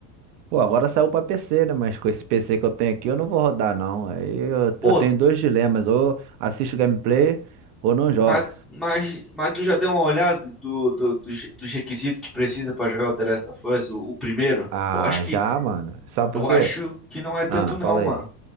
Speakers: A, on the right; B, in the centre.
A: Pô, agora saiu pra PC, né? Mas com esse PC que eu tenho aqui, eu não vou rodar, não. Aí eu,
B: Pô,
A: eu tenho dois dilemas. Ou assisto gameplay, ou não jogo.
B: Mas, mas, mas tu já deu uma olhada do, do- dos dos requisitos que precisa pra jogar o The Last of Us, o, o primeiro?
A: Ah,
B: Eu acho que
A: já, mano. Sabe
B: eu
A: por quê?
B: acho que não é tanto
A: Ah,
B: não,
A: fala
B: mano.
A: aí.